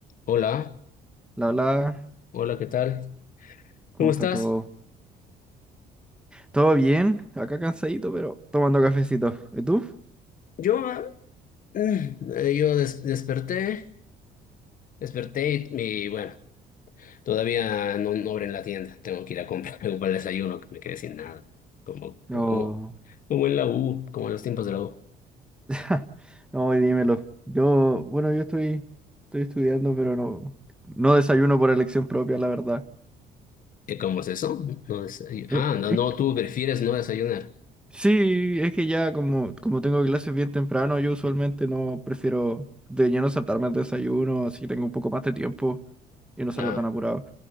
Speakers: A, on the left (about 55°); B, in the centre.
A: Hola,
B: La bla,
A: hola, ¿qué tal?
B: ¿cómo
A: ¿Cómo estás?
B: está todo? ¿Todo bien? Acá cansadito, pero tomando cafecito. ¿Y tú?
A: Yo, ah, mm, eh, yo des- desperté, desperté y, y bueno, todavía no, no abren la tienda. Tengo que ir a comprar <laughs> algo para el desayuno, que me quedé sin nada. Como,
B: No.
A: como, como en la U, como en los tiempos de la U.
B: <laughs> No, y dímelo. Yo, bueno, yo estoy, estoy estudiando, pero no, no desayuno por elección propia, la verdad.
A: ¿Y cómo es eso? No desayu-
B: Eh,
A: ah, no,
B: eh,
A: no, tú prefieres no desayunar.
B: sí, es que ya como, como tengo clases bien temprano, yo usualmente
A: Ujú.
B: no prefiero de lleno saltarme el desayuno, así tengo un poco más de tiempo y no salgo
A: Ah,
B: tan apurado.